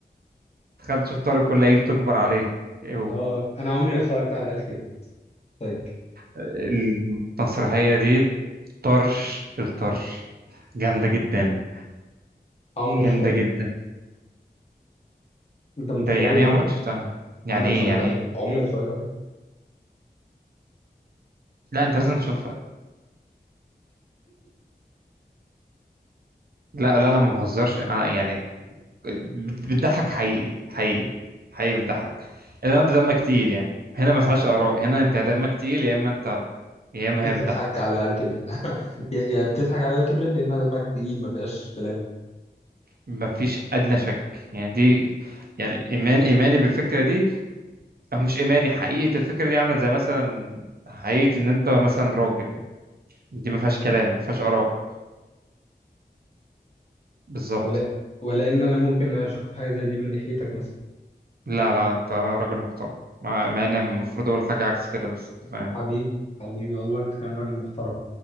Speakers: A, on the right (about 65°); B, on the left (about 40°).
A: تخيل تشوف طارق كل عيد وتكبر عليه ايه هو
B: أه أنا عمري ما اتفرجت على عيال كبرت طيب
A: المسرحية دي طرش الطرش جامدة جدا
B: عمري ما
A: جامدة
B: شفتها
A: جدا
B: أنت متخيل
A: ده يعني
B: يا
A: ايه
B: مان
A: عمرك شفتها يعني
B: عمري ما اتفرجت
A: ايه يعني
B: عليه
A: ايه
B: عمري ما اتفرجت عليه
A: لا انت لازم تشوفها لا لا انا ما بهزرش انا يعني بتضحك حقيقي حقيقي حقيقي بتضحك الا لو انت دمك تقيل يعني هنا ما فيهاش اراء هنا انت دمك تقيل يا اما انت يا اما
B: بتضحك
A: هي بتضحك
B: على عيال كبرت <laughs> يا يا بتضحك على عيال كبرت يا إما دمك تقيل ما فيهاش كلام
A: ما فيش ادنى شك يعني دي يعني ايمان ايماني بالفكره دي او مش ايماني حقيقه الفكره دي عامله زي مثلا حقيقه ان انت مثلا راجل يعني دي ما فيهاش كلام ما فيهاش اراء بالظبط
B: ولا ولا ان انا ممكن اشك في حاجه زي دي من ناحيتك مثلا
A: لا لا انت راجل محترم مع مع ان المفروض اقول حاجه عكس كده بس انت فاهم
B: حبيبي حبيبي والله انت كمان راجل محترم